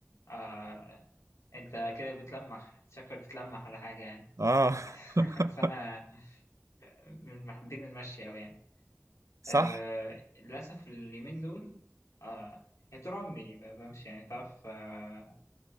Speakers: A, on the left (about 75°); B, on the right (about 80°).
A: آه. أنت كده بتلمح شكلك بتلمح على حاجة يعني
B: اه
A: <laughs>
B: <laughs>
A: بس أنا من محبين المشي أوي يعني
B: صح
A: آه. للأسف اليومين دول آه. يعني طول عمري ب- بمشي يعني تعرف آه.